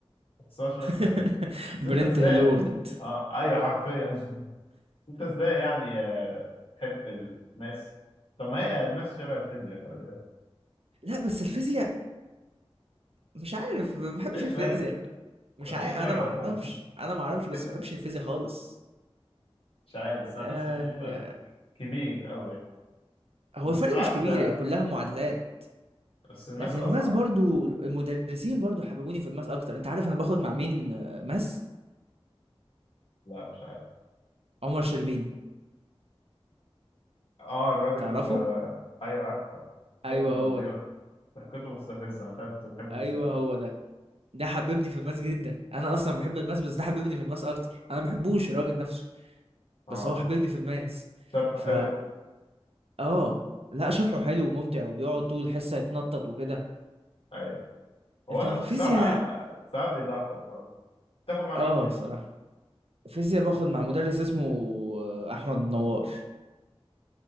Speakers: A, on the left (about 65°); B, on the right (about 75°).
A: بس هو شعور حلو
B: <laughs>
A: بس
B: برنت
A: انت ازاي
B: هيلورد
A: اه ايوه حرفيا <laughs> انت ازاي يعني آه، تحب الماس طب ما هي الماس شبه الفيزياء خلي بالك
B: لأ بس الفيزياء مش عارف ما باحبش
A: ايه الفرق؟
B: الفيزياء مش
A: مفيش
B: عارف
A: فرق
B: أنا ما
A: والله
B: أعرفش أنا ما أعرفش
A: <laughs>
B: بس
A: كده
B: ما باحبش الفيزياء خالص
A: مش عارف بس انا
B: آه،
A: حاسس مفيش فرق كبير قوي يعني
B: هو
A: بس
B: الفرق
A: بالعكس
B: مش كبير
A: ده
B: هي كلها معادلات
A: بس الماس
B: لكن
A: أصعب
B: الماس برضو المدرسين برضو حببوني في الماس أكتر أنت عارف أنا باخد مع مين آه، ماس؟
A: لا مش عارف
B: عمر شربيني
A: اه الراجل
B: تعرفه؟
A: آه، أيوه عارفه يعني
B: أيوه
A: الراجل
B: هو
A: اللي بيقعد
B: ده
A: ضحكته مستفزة مش عارف أنت بتحبه
B: ايوه
A: إزاي
B: هو ده ده حببني في الماس جدا انا اصلا بحب الماس بس ده حببني في الماس اكتر انا ما بحبوش الراجل نفسه
A: اه
B: بس هو حببني في الماس
A: شرحه
B: فا
A: حلو
B: اه لا شرحه حلو وممتع وبيقعد طول الحصه يتنطط وكده
A: أيوه هو
B: لكن
A: ده بصراحة
B: الفيزياء
A: ساعات بيضحك برضه تاخد مع
B: اه
A: مين فيلم
B: صراحه الفيزياء باخد مع مدرس اسمه آه، احمد نوار